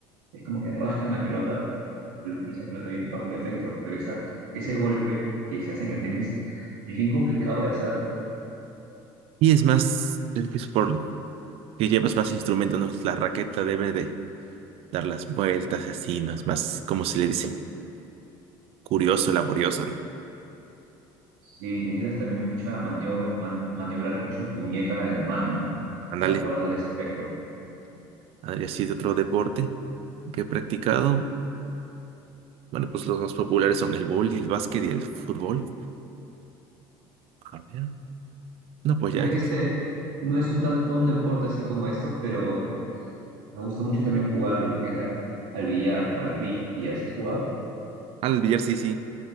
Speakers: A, on the right; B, on the right.
A: Es como que rascan la pelota y y esa pelota viene- va con efecto, pero esa, ese golpe que se hace en el tenis es bien complicado de hacer.
B: Y es más, el que es por que llevas más instrumentos, ¿no? La raqueta debe de dar las vueltas así, ¿no? Es más, como se le dice? Curioso, laborioso, ¿no?
A: Sí, necesitas también mucha maniobra, man- maniobrar mucho tu muñeca en la mano, ¿no?
B: Ándale,
A: Para poder darle ese efecto.
B: ándale, así de otro deporte que he practicado. Bueno, pues los más populares son el y el básquet y el fútbol. A ver, No, pues
A: Mira
B: ya.
A: que este no es un tanto un deporte así como estos, pero me gusta mucho también jugar lo que es la, al billar o a las villas. ¿Has jugado?
B: Al billar sí, sí.